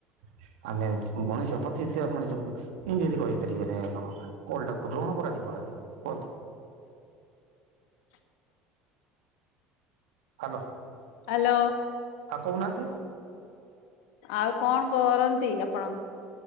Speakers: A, on the right; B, on the left.
A: <unintelligible> ଆମେ ମଣିଷ ପ ସେ ମଣିଷକୁ ଇଞ୍ଜିନ କହିପାରିବେ ନାହିଁ ଆପଣ, କଲଟାକୁ ଗ୍ରହଣ କରାଯିବ ନାହିଁ, କୁହନ୍ତୁ?
B: <inaudible>
A: ହାଲୋ।
B: ହାଲୋ,
A: ଆଉ କହୁନାହାନ୍ତି।
B: ଆଉ କଣ କରନ୍ତି ଆପଣ?